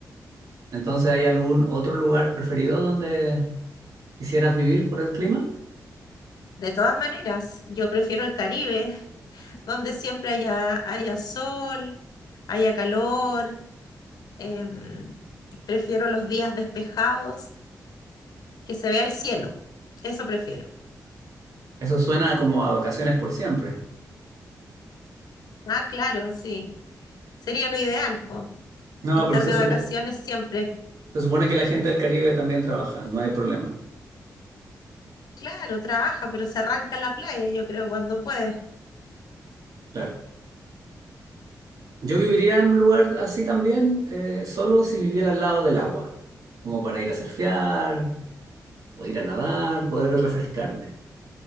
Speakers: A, on the right; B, on the left.
A: Entonces, ¿hay algún otro lugar preferido donde quisieras vivir por el clima?
B: de todas maneras, yo prefiero el Caribe, <laughs> donde siempre haya, haya sol, haya calor, em, prefiero los días despejados, que se vea el cielo, eso prefiero.
A: Eso suena como a vacaciones por siempre.
B: Ah, claro, sí. Sería lo ideal, po,
A: No,
B: estar
A: pero se
B: de
A: supo-
B: vacaciones siempre.
A: se supone que la gente del Caribe también trabaja, no hay problema.
B: Claro, trabaja, pero se arranca en la playa, yo creo, cuando puede.
A: Claro. Yo viviría en un lugar así también, eh, solo si viviera al lado del agua, como para ir a surfear o ir a nadar, poder refrescarme,